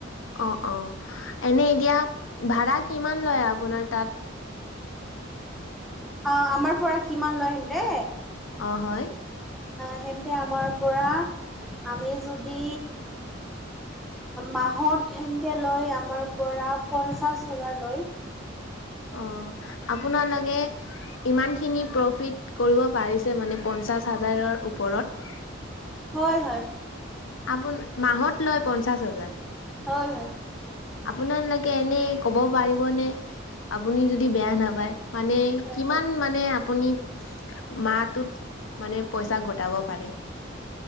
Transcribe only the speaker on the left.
অ অ এনে এতিয়া ভাড়া কিমান লয় আপোনাৰ তাত
অঁ হয়
অ আপোনালোকে ইমান খিনি প্ৰফিট কৰিব পাৰে মানে পঞ্চাছ হাজাৰ ওপৰত
আপোন মাহত লয় পঞ্চাশ হাজাৰ
আপোনালোকে এনে ক'ব পাৰিবনে আপুনি যদি বেয়া নাপায় মানে
কিমান
মানে আপুনি মাহটোত মানে পইচা গটাব পাৰে